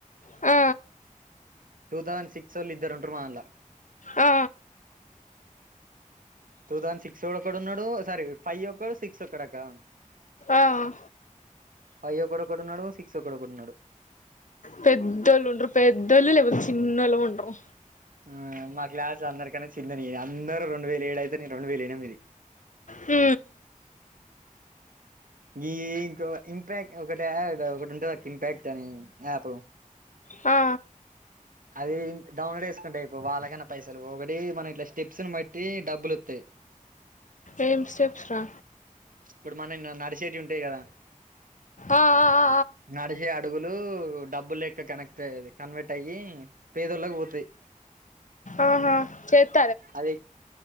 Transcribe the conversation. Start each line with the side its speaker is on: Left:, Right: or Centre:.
Left: ఆ
Right: టూ థౌసడ్ సిక్స్ ఒళ్ళు ఇద్దరు ఉంటారు మాధన్ల
Left: ఆ
Right: టూ థౌసండ్ సిక్స్ ఒకడు ఉన్నాడు సారీ ఫైవ్ ఒకడు సిక్స్ ఒకడక్క
Left: ఆ
Right: ఫైవ్ ఒకడొక ఉన్నాడు సిక్స్ ఒకడొక ఉన్నాడు
Left: పెద్దళ్ళు ఉండరు పెద్దళ్ లేపోతే చిన్నోలు ఉండరు
Right: ఆ మా క్లాస్ అందరికనే చిన్న నేనే అందరు రెండు వేల ఏడు అయితే నేను రెండు వేల ఎనిమిది
Left: ఊ
Right: ఈ ఇంకో ఇంపాక్ట్ ఒకటి ఒకటి ఉంటంది ఇంపాక్ట్ అని యాప్
Left: ఆ
Right: ఆ అది డౌన్లోడ్ ఏసుకుంట ఐపో వాళ్ళకైనా పైసలు పోడి మనం ఇట్లా స్టెప్స్ ను బట్టి డబ్బులు వస్తాయి
Left: ఏమ్ స్టెప్స్ రా
Right: ఇప్పుడు మనం నడిచేటి ఉంటాయి కదా
Left: ఆ ఆ ఆ
Right: నడిచే అడుగులు డబ్బులు లెక్క కనెక్ట్ అది కన్వర్ట్ అయ్యి పేదోళ్ళకి పోతాయి
Left: ఆహా చెత్
Right: అది